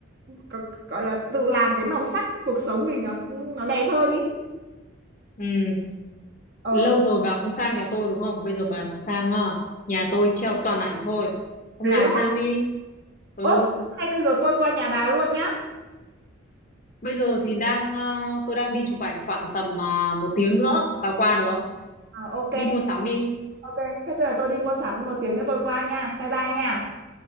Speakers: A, on the right; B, on the left.
A: có, gọi là tự làm cái màu sắc cuộc sống mình nó nó đẹp hơn ý
B: Ừ.
A: ờ
B: Lâu rồi bà không sang nhà tôi đúng không? Bây giờ bà mà sang á, nhà tôi treo toàn ảnh thôi. Hôm
A: thế
B: nào
A: á
B: sang đi. Ừ,
A: ốp hay bây giờ tôi qua nhà bà luôn nhá
B: bây giờ thì đang à, tôi đang đi chụp ảnh khoảng tầm à, một tiếng nữa. Bà qua được không?
A: Ờ, ok,
B: Đi mua sắm đi.
A: ok. Thế tôi là tôi đi mua sắm một tiếng nữa tôi qua nha. Bye bye nha.